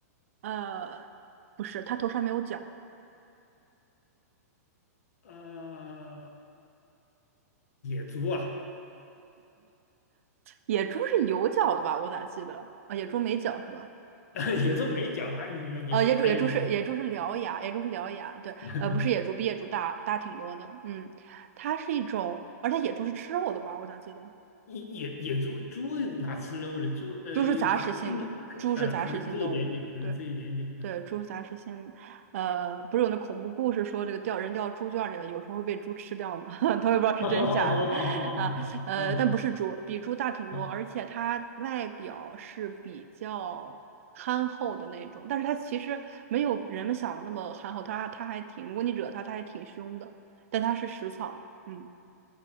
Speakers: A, on the right; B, on the left.
A: 呃，不是，它头上没有角。
B: 呃，野猪啊？
A: 野猪是有角的吧？我咋记得？啊，野猪没角是吧？
B: <laughs> 野猪没脚哪里？野猪哪有脚？
A: 呃，野猪野猪是野猪是獠牙，野猪是獠牙，对，
B: <laughs>
A: 呃，不是野猪，比野猪大大挺多的，嗯，它是一种，而且野猪是吃肉的吧？我咋记得，
B: 野野野猪猪哪吃肉的？猪呃，
A: 猪是杂食性的，
B: 可能吃一可呃，
A: 猪是杂食性动物，
B: 可能吃一点点，可能吃一点点。
A: 对，
B: 嗯，
A: 对，猪杂是先，呃，不是有那恐怖故事说这个掉人掉猪圈里了，有时候会被猪吃掉嘛，<laughs> 他也不知道是真是假的，
B: <laughs> 好哦哦哦哦哦哦哦哦
A: 啊，呃，但不是猪，比猪大挺多，
B: 哦
A: 而且它外表是比较憨厚的那种，但是它其实没有人们想的那么憨厚，它它还挺，如果你惹它，它还挺凶的，但它是食草的，嗯。